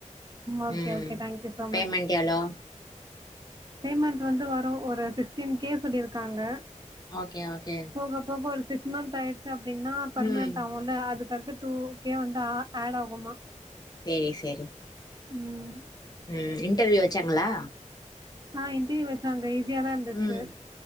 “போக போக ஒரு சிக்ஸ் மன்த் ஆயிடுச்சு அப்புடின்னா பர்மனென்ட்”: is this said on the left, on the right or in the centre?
Right